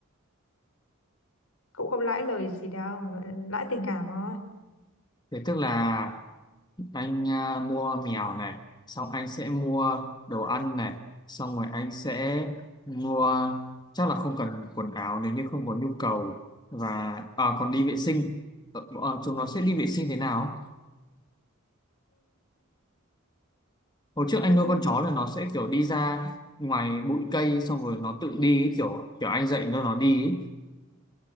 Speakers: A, on the left; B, on the left.
A: cũng không lãi lời gì đâu lãi tình cảm thôi
B: Thế tức là anh à, mua mèo này, xong anh sẽ mua đồ ăn này, xong rồi anh sẽ mua chắc là không cần quần áo nếu như không có nhu cầu và à, còn đi vệ sinh. Ờ, ờ, chúng nó sẽ đi vệ sinh thế nào? Hồi trước anh
A: Ừ,
B: nuôi con chó là nó sẽ kiểu đi ra ngoài bụi cây xong rồi nó tự đi ấy, kiểu kiểu anh dạy nó nó đi ấy.